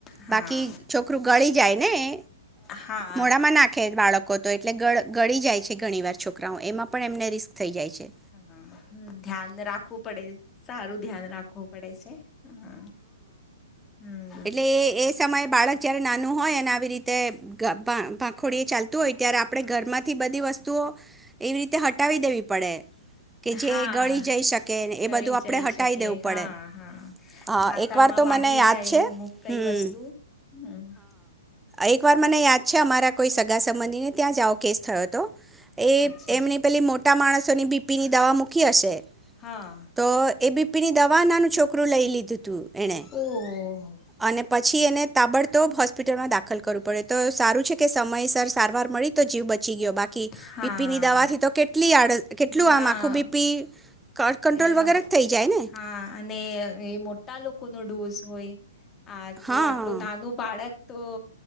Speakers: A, on the left; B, in the centre.
A: હા
B: બાકી છોકરું ગળી જાય ને એ
A: હા
B: મોડામાં નાખે બાળક કો તો એટલે ગળ ગળી જાય છે ઘણી વાર છોકરાઓ એમાં પણ એમને રિસ્ક થઈ જાય છે
A: હા ધ્યાન રાખવું પડે સારું ધ્યાન રાખવું પડે છે. હા, હમ્મ.
B: એટલે એ એ સમયે બાળક જ્યા નાનું હોય આવી રીતે કા ભા ભાખોડી ચાલતું હોય ત્યારે આપણે ઘરમાંથી બધી વસ્તુઓ એવી રીતે હટાવી દેવી પડે કે જે
A: હા
B: ગળી જઈ શકેને એ
A: ગળી
B: બધું આપણે
A: જઈ
B: હટાવી
A: શકે
B: દેવું
A: હા
B: પડે.
A: હા
B: હા
A: માથામાં
B: એકવાર તો
A: વાગી
B: મને યાદ
A: જાય
B: છે હમ
A: અમુક કઈ વસ્તુ હમ્મ?
B: એક વાર મને યાદ છે અમારા કોઈ સગા સંબંધીને ત્યાં જ આવો કેસ થયો તો. એ
A: અચ્છા
B: એમની પેલી મોટા માણસ સોની બીપીની દવા મૂકી હશે
A: હા
B: તો એબી પી ની દવા નાનું છોકરું લઈ લીધું. હતું એણે
A: ઓહો.
B: અને પછી એને તાબડતો હોસ્પિટલમાં દાખલ કરવું પડ્યું તો સારું છે કે સમયસર સારવાર મળી તો જીવ બચ ચી બાકી
A: હા
B: બીપીની દવાથી તો કેટલી આડત કેટલું
A: ના
B: આમ આખું બીપી ક કંટ્રોલ
A: એ
B: વગેરે જ થઈ જાય ને.
A: હા અને એ મોટા લોકોનો ડોઝ હોય. આ
B: હા
A: તો આટલું નાનું બાળક તો